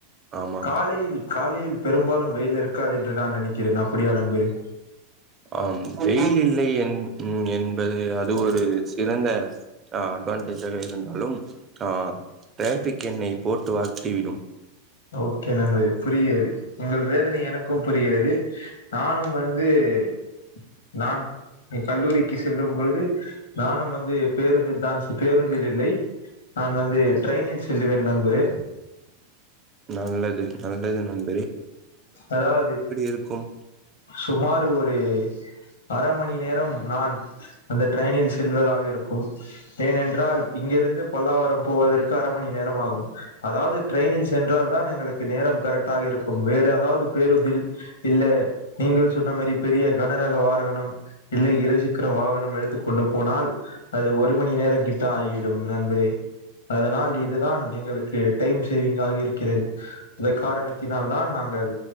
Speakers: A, on the right; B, on the left.
A: ஆமாம்
B: காலையில் காலையில் பெரும்பாலும் வெயில் இருக்காது என்று நான் நினைக்கிறேன் அப்படியா நண்பரே
A: ஆம் வெயில் இல்லை என் உம் என்பது அது ஒரு சிறந்த அ அட்வான்டேஜாக இருந்தாலும் ஆ டிராபிக் என்னை போட்டு வறுத்து விடும்
B: ஓகே நண்பரே புரிகிறது உங்கள் வேதனை எனக்கும் புரிகிறது நானும் வந்து சேரி நான் எ கல்லூரிக்கு செல்லும் பொழுது நானும் வந்து பேருந்தில் தான் ச்சி பேருந்தில் இல்லை நான் வந்து ட்ரெய்னில் செல்லுவேன் நண்பரே
A: நல்லது நல்லது நன்
B: அதாவது
A: இருக்கும்
B: சுமார் ஒரு அர மணி நேரம் நான் அந்த ட்ரெயினில் செல்வதாக இருக்கும் ஏனென்றால் இங்கிரு ருந்து பல்லாவரம் போவதற்கு அர மணி நேரம் ஆகும் அதாவது ட்ரெயினில் சென்றால் தான் எங்களுக்கு நேரம் கரெக்டாக இருக்கு வேற அதாவது பேருந்தில் இல்ல நீங்கள் சொன்ன மாரி பெரிய கனரக வாகனம் இல்லை இரு சக்கர வாகனம் எடுத்துக் கொண்டு போனால் அது ஒரு மணி நேர கிட்ட ஆயிடும் நண்பரே அதனால் இதுதான் எங்களுக்கு டைம் சேவிங் ஆக இருக்கிறது அந்த காரணத் தினால் தான் நாங்கள்